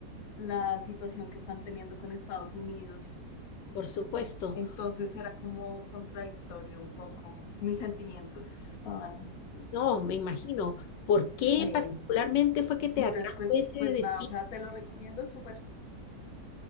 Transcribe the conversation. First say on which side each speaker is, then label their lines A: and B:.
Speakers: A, on the left; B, on the left.
A: la situación que están teniendo con Estados Unidos.
B: por supuesto.
A: Entonces era como contradictorio un poco. Mis sentimientos estaban
B: No, me imagino. ¿Por qué
A: ahí.
B: particularmente fue que te
A: Entonces,
B: atrajo
A: pues,
B: ese
A: pues
B: destino?
A: nada, o sea, te lo recomiendo súper.